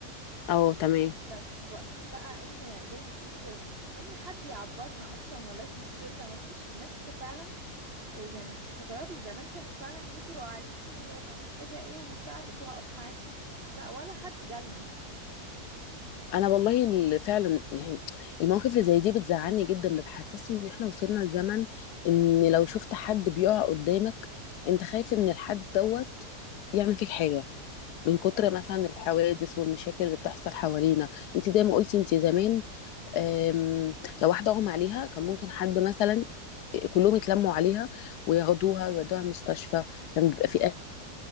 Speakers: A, on the left; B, on the right.
A: اه تمام
B: بس واقفين بقى ان زي ما بتقولي كده ان حد يعبرنا اصلا ولا يبص لنا مفيش الناس فعلا يعني تستغربي زمان كانوا فعلا يجروا عليكي ومحتاجة ايه وهساعدك وهقف معاكي لا ولا حد جالنا
A: انا والله ال- فعلا يعني المواقف اللي زي دي بتزعلني جدا بتحسسني ان احنا وصلنا لزمن ان لو شفت حد بيقع قدامك انت خايف ان الحد دوت يعمل فيك حاجه من كتر
B: صح
A: مثلا الحوادث والمشاكل اللي بتحصل حوالينا انت زي ما قلتي انت زمان أم، لو واحدة أغمى عليها كان ممكن حد مثلا كلهم يتلموا عليها وياخدوها ويودوها المستشفى كان بيبقى في أهل،